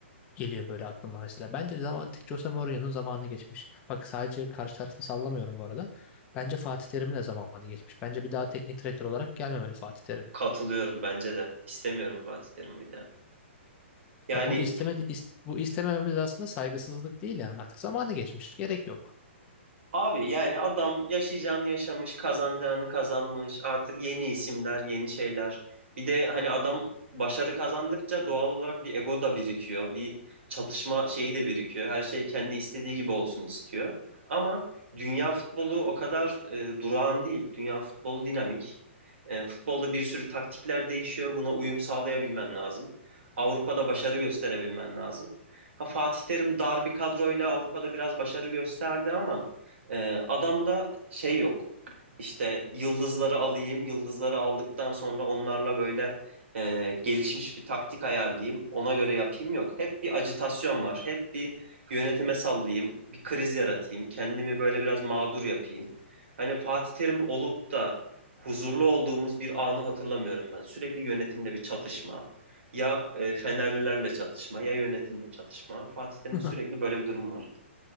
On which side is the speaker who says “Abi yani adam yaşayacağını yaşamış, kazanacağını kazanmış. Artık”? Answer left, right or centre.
Right